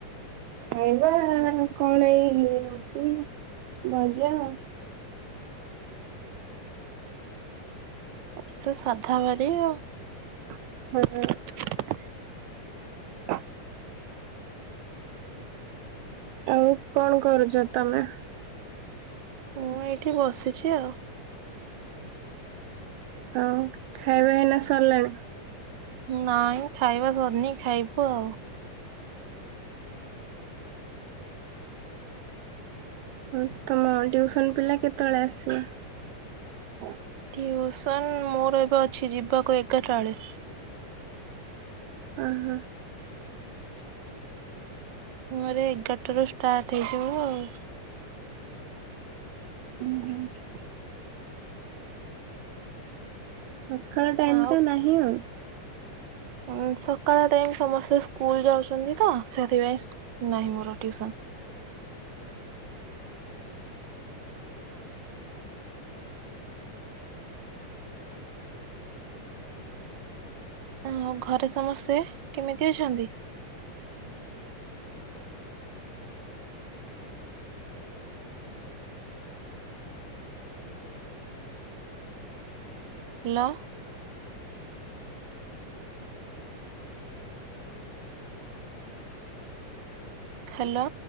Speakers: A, on the right; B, on the right.
A: ଖାଇବା କଣ ଏଇ ରୁଟି ଭଜା।
B: ଆଜି ତ ସାଧାାବାରି ଆଉ।
A: ହୁଁ। ଆଉ କଣ କରୁଛ ତମେ?
B: ମୁଁ ଏଇଠି ବସିଛି ଆଉ।
A: ହଉ ଖାଇବା ହେଇନା ସରିଲାଣି।
B: ନାଇଁ ଖାଇବା ସରିନି ଖାଇବୁ ଆଉ।
A: ହ ତମ ଟିଉସନ ପିଲା କେତେବେଳେ ଆସିବେ?
B: ଟିୟୁସନ ମୋର ଏବେ ଅଛି ଯିବାକୁ ଏଗାରଟା ବେଳେ।
A: ଅହଂ।
B: ମୋରେ ଏଗାରଟାରୁ ଷ୍ଟାର୍ଟ ହେଇଯିବ ଆଉ।
A: ଉଁ ହୁଁ। ସକାଳ ଟାଇମଟା
B: ଆଉ
A: ନାହିଁ ଆଉ।
B: ଉଁ ସକାଳ ଟାଇମ୍ ସମସ୍ତେ ସ୍କୁଲ୍ ଯାଉଛନ୍ତି ତ ସେଥିପାଇଁ ନାହିଁ ମୋର ଟ୍ୟୁସନ୍। ଆ ଘରେ ସମସ୍ତେ କେମିତି ଅଛନ୍ତି। ହାଲ। ହାଲୋ।